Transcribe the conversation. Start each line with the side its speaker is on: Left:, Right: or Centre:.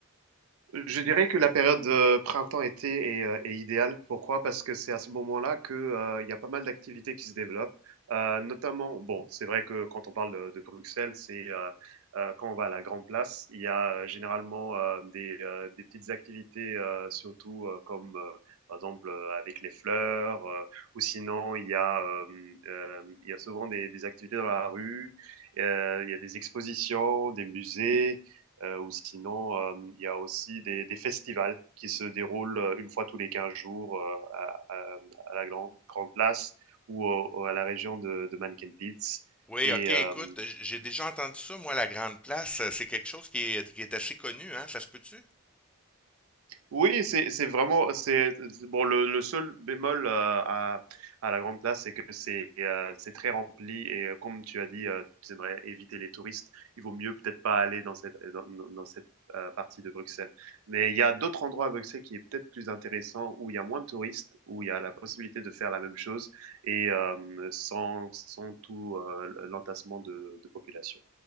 Right: Je dirais que la période euh, printemps-été est, euh, est idéale. Pourquoi? Parce que c'est à ce moment-là que, heu, il y a pas mal d'activités qui se développent, heu, notamment bon, c'est vrai que quand on parle, heu, de Bruxelles, c'est, heu heu, quand on va à la Grand Place, il y a, heu, généralement, heu, des, heu, des petites activités, heu, surtout, heu, comme, heu, par exemple, heu, avec les fleurs, heu, ou sinon il y a, hem, hem, il y a souvent des des activités dans la rue, heu, il y a des expositions, des musées. Euh, ou sinon, euh, il y a aussi des, des, festivals qui se déroulent euh, une fois tous les 15 jours euh, à, à, à, la grande, grande place ou au, à la région de, de Mannequin Pits.
Centre: Oui,
Right: Et
Centre: ok, écoute,
Right: euh,
Centre: j- j'ai déjà entendu ça, moi, la Grande Place, euh, c'est quelque chose qui est, qui est assez connu, hein, ça se peut-tu?
Right: Oui, c'est c'est vraiment c'est bon le le seul bémol, heu, à à la grande place, c'est que c'est, heu, c'est très rempli et heu, comme tu as dit, heu, tu aimerais éviter les touristes. Il vaut mieux peut-être pas aller dans cette dans dans dans cette, heu, partie de Bruxelles. Mais il y a d'autres endroits à Bruxelles qui est peut-être plus intéressant, où il y a moins de touristes, où il y a la possibilité de faire la même chose et hem, sans sans tout, heu, l'entassement de de population.